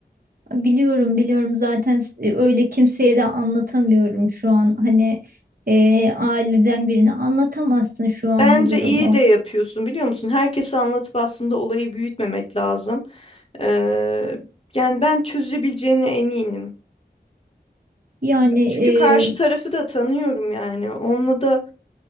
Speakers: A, on the right; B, on the left.
A: Biliyorum biliyorum zaten s- e, öyle kimseye de anlatamıyorum şu an hani e, aileden birine anlatamazsın şu an
B: Bence
A: bu durumu
B: iyi de yapıyorsun biliyor musun? Herkese anlatıp aslında olayı büyütmemek lazım. Ee, yani ben çözebileceğine eminim.
A: yani
B: Çünkü
A: e,
B: karşı tarafı da tanıyorum yani. Onunla da